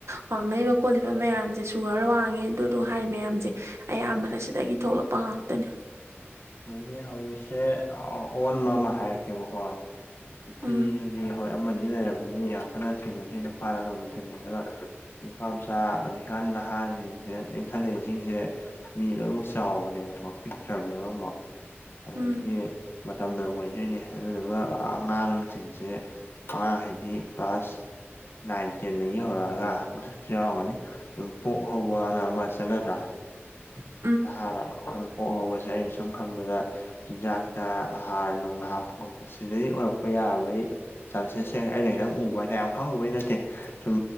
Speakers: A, on the right; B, on the left.
A: ꯋꯥꯡꯅꯔꯤꯕ ꯈꯣꯠꯂꯤꯕ ꯃꯌꯥꯝꯁꯤꯁꯨ ꯁꯨꯒꯔ ꯋꯥꯡꯉꯦ ꯑꯗꯨꯗꯣ ꯍꯥꯏ ꯃꯌꯥꯝꯁꯦ ꯑꯌꯥꯝꯕꯅ ꯁꯤꯗꯒꯤ ꯊꯣꯛꯂꯛꯄ ꯉꯥꯛꯇꯅꯦ
B: ꯅꯣꯏꯒꯤ ꯍꯧꯖꯤꯛꯁꯦ ꯑꯣꯟꯕ ꯑꯃ ꯍꯥꯏꯔꯛꯀꯦꯕꯀꯣ ꯅꯨꯄꯤ
A: ꯎꯝ
B: ꯍꯣꯏ ꯑꯃꯅꯤ ꯂꯩꯔꯝꯃꯅꯤ ꯌꯥꯝ ꯀꯟꯅ ꯊꯦꯡꯅꯗ꯭ꯔꯤ ꯅꯨꯄꯥꯅ ꯑꯅꯝꯕꯅ ꯊꯦꯡꯅꯩ ꯑꯗꯣ ꯅꯨꯄꯥ ꯃꯆꯥ ꯍꯧꯖꯤꯛꯀꯟ ꯅꯍꯥꯁꯤꯡꯁꯦ ꯏꯪꯈꯠꯂꯛꯏꯁꯤꯡꯁꯦ ꯃꯤ ꯂꯣꯏꯅꯃꯛ ꯆꯥꯎꯕꯅꯦꯕꯀꯣ ꯄꯤꯛꯇ꯭ꯔꯕꯅꯦꯕ ꯑꯃꯨꯛ ꯑꯗꯒꯤ
A: ꯎꯝ
B: ꯃꯇꯝꯗ ꯑꯣꯏꯗꯣꯏꯅꯤ ꯑꯗꯨꯗꯨꯒ ꯑꯉꯥꯡꯁꯤꯡꯁꯦ ꯑꯉꯥꯡ ꯍꯥꯏꯗꯤ ꯀ꯭ꯂꯥꯁ ꯅꯥꯏꯟ ꯇꯦꯟꯗꯒꯤ ꯍꯧꯔꯛꯑꯒ ꯃꯊꯛꯁꯨ ꯌꯥꯎꯔꯝꯒꯅꯤ ꯑꯗꯨꯝ ꯄꯣꯛ ꯍꯧꯕꯅ ꯑꯃ ꯆꯠꯅꯗ꯭ꯔꯥ
A: ꯑ
B: ꯅꯍꯥꯔ ꯄꯣꯛꯍꯧꯕꯁꯦ ꯑꯩꯅ ꯁꯨꯝ ꯈꯟꯕꯗ ꯆꯤꯟꯖꯥꯛꯇ ꯍꯥꯔ ꯅꯨꯡ ꯍꯥꯞꯄ ꯈꯣꯠꯄ ꯁꯤꯗꯒꯤ ꯑꯣꯏꯔꯛꯄ ꯌꯥꯕꯩ ꯆꯥꯟꯁꯦꯁꯁꯦ ꯑꯩꯅ ꯈꯤꯇꯪ ꯎꯕ ꯍꯥꯏꯇꯔꯦ ꯌꯥꯝ ꯈꯪꯉꯨꯕꯩ ꯅꯠꯇꯦ ꯁꯨꯝ